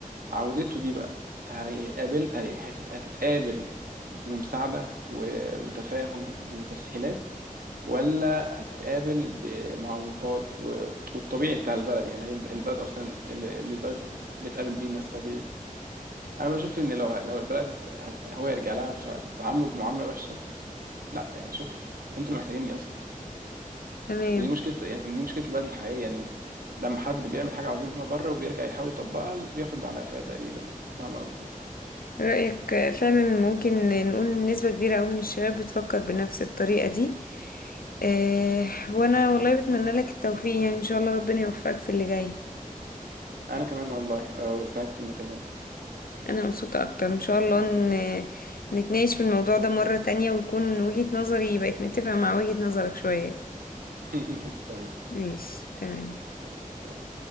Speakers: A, on the right; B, on the left.
A: عودته دي بقى هيقابل هي- هتت- هتتقابل بمساعدة و- وتفاهم وتسهيلات ولا هتتقابل بمعوقات و... والطبيعي بتاع البلد يعني هي الب- البلد اصلا اللي اللي البلد بتقابل بيه الناس طبيعي انا بشوف ان لو ه- لو البلد ه- هو يرجع لها فتتعاملوا بمعامله وحشه لا يعني شكرا انتوا اللي محتاجيني اصلا
B: تمام
A: ودي مشكله يعني دي مشكله البلد الحقيقيه ان لما حد بيعمل حاجه عظيمه بره وبيرجع يحاول يطبقها بياخد على قفاه تقريبا يعني فاهم قصدي
B: رأيك فعلا ممكن نقول نسبة كبيرة أوي من الشباب بتفكر بنفس الطريقة دي اه وأنا والله بتمنى لك التوفيق يعني إن شاء الله ربنا يوفقك في اللي جاي
A: انا كمان والله آه، وسعدت اني كلمتك
B: أنا مبسوطة أكتر إن شاء الله ن- نتناقش في الموضوع ده مرة تانية ويكون وجهة نظري بقت متفقة مع وجهة نظرك شوية
A: <laughs> ماشي تمام
B: ماشي تمام
A: مع السلامة.